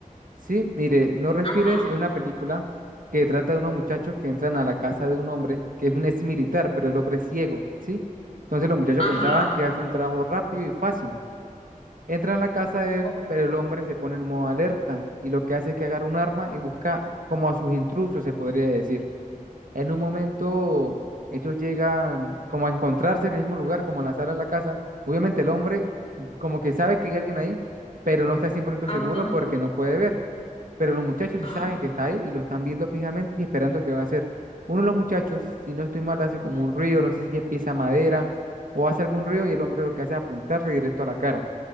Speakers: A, on the right; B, on the left.
A: Sí, mire, No Respires
B: Ajá,
A: es una película que trata de unos muchachos que entran a la casa de un hombre que es un ex militar, pero el hombre es ciego, ¿sí? Entonces los muchachos
B: ajá,
A: pensaban que hace un trabajo rápido y fácil. Entran a la casa de él,
B: o-
A: pero el hombre se pone en modo alerta y lo que hace es que agarra un arma y busca como a sus intrusos, se podría decir. En un momento, ellos llegan como a encontrarse en el mismo lugar, como en la sala de la casa. Obviamente el hombre como que sabe que hay alguien ahí, pero no está cien por ciento
B: ajá,
A: seguro porque no puede ver pero los muchachos sí
B: ajá,
A: saben que está ahí y lo están viendo fijamente y esperando qué va a hacer. Uno de los muchachos, si no estoy mal, hace como un ruido, no sé si es que pisa madera o hace algún ruido y el hombre lo que hace es apuntarle directo a la cara